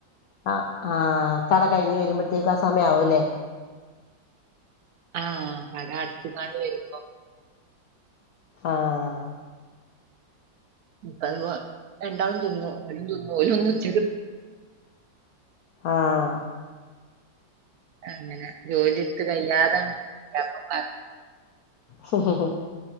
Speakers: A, on the left; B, on the right.
A: ആഹ് ആഹ് കട കഴിഞ്ഞ് വരുമ്പോഴത്തേക്കും ആ സമയാവുല്ലേ
B: ആഹ് കട അടച്ച്ങ്ങാണ്ട് വര്മ്പോ
A: ആഹ്
B: കൽവ രണ്ടാളും തുന്നു <unintelligible> ന്നു ഓല്ന്ന് ഉച്ചക്ക്.
A: ആഹ്
B: അങ്ങനെ ജോലി ഇട്ത്ത് കയ്യാതെപ്പ പറ
A: ഹ് ഹ് ഹ്